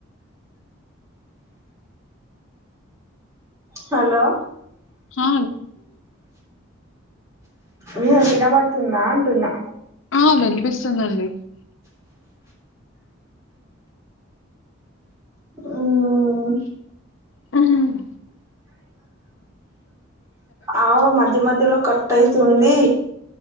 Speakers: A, on the right; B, on the left.
A: హలో
B: ఆ!
A: వే వినబడుతుందా అంటున్నా
B: ఆ వినిపిస్తుందండి
A: మ్మ్
B: హుమ్
A: ఆవ్ మద్య మద్యలో కటైతుంది